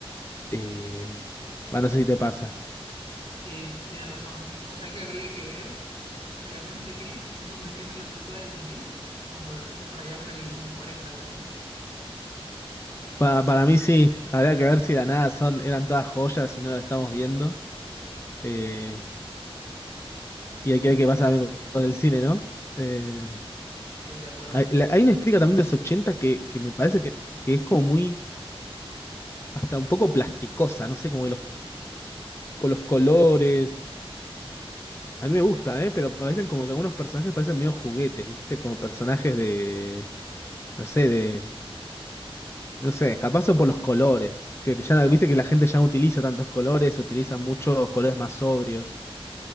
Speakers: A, on the left; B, on the right.
A: Eh, bueno, no sé si te pasa.
B: Sí, tienes razón. O sea que habría que ver realmente que, <laughs> cómo envejecen las películas del 2000 cuando estemos por allá por el 2040, algo así.
A: Pa- para mí sí, habría que ver si de la nada son, eran todas joyas y no las estamos viendo. Eh, y hay que ver qué pasa también con, con el cine, ¿no? Eh,
B: Estoy de acuerdo.
A: hay, la- hay una estética también de los 80 que, que me parece que, que es como muy hasta un poco plasticosa, no sé, como que los, con los colores. A mí me gusta, ¿eh? Pero parecen como que algunos personajes parecen medio juguetes, ¿viste? Como personajes de, no sé, de, no sé, capaz son por los colores, que, que ya, viste que la gente ya no utiliza tantos colores, utiliza muchos colores más sobrios.